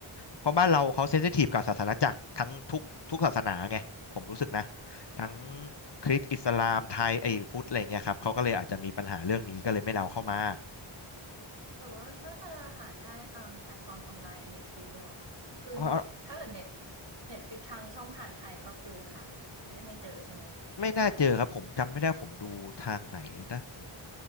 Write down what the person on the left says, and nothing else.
เพราะบ้านเราเขาเซนซิทีฟกับศาสนาจักรทั้งทุกทุกศาสนาไงผมรู้สึกนะทั้งคริสต์อิสลามไทยไอ้พุทธอะไรเงี้ยครับเขาก็เลยอาจจะมีปัญหาเรื่องนี้ก็เลยไม่ได้เอาเข้ามา
เออ
ไม่น่าเจอครับผมจำไม่ได้ผมดูทางไหนนะผม